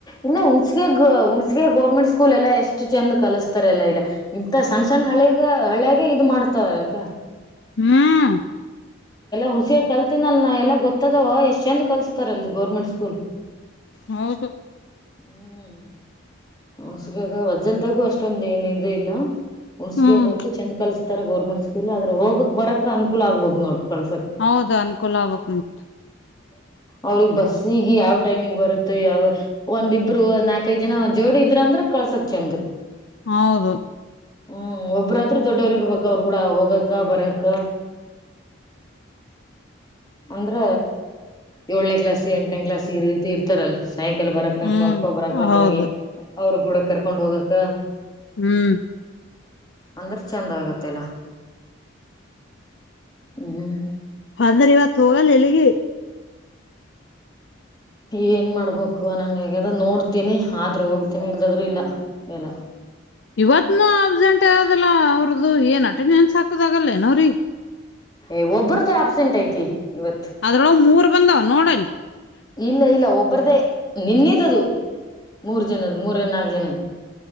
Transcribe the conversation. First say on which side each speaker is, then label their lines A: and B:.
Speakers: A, on the left (about 20°); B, on the left (about 60°).
A: ಇಲ್ಲ ಹುಣ್ಸಗ ಹುಣ್ಸಗ ಗೌರ್ಮೆಂಟ್ ಸ್ಕೂಲ್ ಎಲ್ಲಾ ಎಷ್ಟು ಚೆಂದ ಕಲಸ್ತಾರೆ ಎಲ್ಲಾ ಇಲ್ಲ ಇಂತ ಸಣ್ ಸಣ್ಣ ಹಳಗ ಹಳ್ಯಾಗ ಇದ ಮಾಡ್ತವ್ರ ಅಕ
B: ಹ್ಮ್
A: ಹುಣ್ಸಿಗೆ ಕಲ್ತಿನಲ್ ನಾ ಎಲ್ಲ ಗೊತ್ತದವ ಎಷ್ಟ್ ಚಂದ ಕಲ್ ತಾರೆ ಅಲ್ಲಿ ಗೌರ್ಮೆಂಟ್ ಸ್ಕೂಲ್
B: ಹೌದು.
A: ಹ್ಮ್. ಹಣಸಲ್ಾಗ ವಜ್ಜಲ್ ತಗೋ ಅಷ್ಟೊಂದ ಏನ ಇದ್ರ ಇಲ್ಲ. ಹುಣಸಿಗಂತು
B: ಹ್ಮ್
A: ಚಂದ್ ಕಲ್ಸತ. ತರ ಗೌರ್ಮೆಂಟ್ ಸ್ಕೂಲ್ ಆದ್ರ ಹೋಗಕ್ ಬರಕ್ ಅನುಕೂಲ ಆಗ್ಬೋದು ನೋಡ್. ಕಳ್ಸಕ್
B: ಹೌದಾ ಅನ್ಕೂಲ ಅವಕ್ಮತ್.
A: ಅವ್ರಿಗೆ ಬಸ್ಸಿಗೆ ಯಾವ್ ಟೈಮಿಗೆ ಬರುತ್ತೋ ಯಾವ ಒಂದಿಬ್ರು ನಾಲ್ಕೈದು ಜನ. ಜೋಡಿ ಇದ್ರ ಅಂದ್ರ ಕಳ್ಸಕ್ ಚೆಂದ.
B: ಹೌದು.
A: ಹ್ಮ್ ಒಬ್ಬ್ರಾದ್ರೂ ದೊಡ್ಡವ್ರ ಇರ್ಬೇಕ ಅವ್ರ ಕೂಡ ಹೋಗಕ್ಕ ಬರಕ್ಕ. ಅಂದ್ರ ಏಳನೇ ಕ್ಲಾಸ್ ಎಂಟನೇ ಕ್ಲಾಸ್ ಈ ರೀತಿ ಇರ್ತಾರಲ್ಲ. ಸಾಯಂಕಲ್ ಬರತ್ ನ
B: ಹ್ಮ್
A: ಕಳ್ಕೊ ಬರಕ
B: ಹೌದು
A: ಬೆಳಿಗ್ಗೆ ಅವರು. ಕೂಡ ಕರ್ಕೊಂಡ್ ಹೋಗಕ್ಕ.
B: ಹ್ಮ್.
A: ಅಂದ್ರೆ ಚಂದ ಆಗತ್ತೆಿಲ್ಲ ಹ್ಮ್.
B: ಅಂದ್ರ ಇವತ್ತು ಹೋಗಲ್ಲ ಎಲ್ಲಿಗೆ.
A: ಏನ್ ಮಾಡ್ಬೇಕು ನಂಗಗೆ ಹೇಗದ ನೋಡ್ತೀನಿ ಆದ್ರೂ ಹೋಗ್ತೀನಿ ಇಲ್ದದ್ರು ಇಲ್ಲ. ಎಲ್ಲ
B: ಇವತ್ನು ಅಬ್ಸೆಂಟ್. ಅದಲ್ಲಾ ಅವ್ರದ್ದು ಏನ್ ಅಟೆನ ಏನ್ ಸಾಕುದ ಆಗಲ್ಲ ಏನೋ್ರೀ.
A: ಏ್ ಒಬ್ಬ್ರ್ದ ಅಬ್ಸೆಂಟ್ ಐತಿ. ಇವತ್
B: ಅದರ ಮೂರು. ಬಂದ ನೋಡಿ.
A: ಇಲ್ಲ ಇಲ್ಲ ಒಬ್ರ್ದೇ. ನಿನ್ನದ ಅದು ಮೂರ್ ಜನದ ಮೂರ ನಾಲ್ಕು ಜನದ.